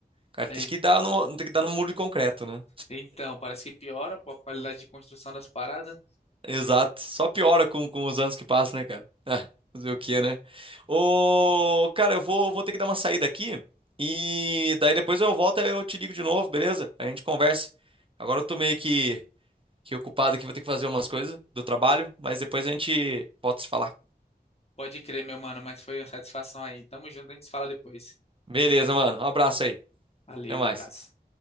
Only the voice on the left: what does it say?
En-
Então, parece que piora pô, a qualidade de construção das paradas.
Pode crer, meu mano, mas foi uma satisfação aí. Tamo junto, a gente se fala depois.
Valeu,
abraço.